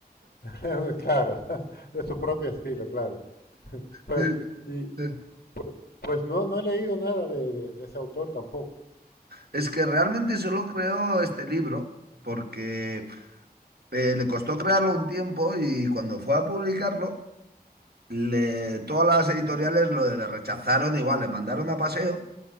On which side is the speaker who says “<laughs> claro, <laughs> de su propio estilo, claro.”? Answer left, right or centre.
Left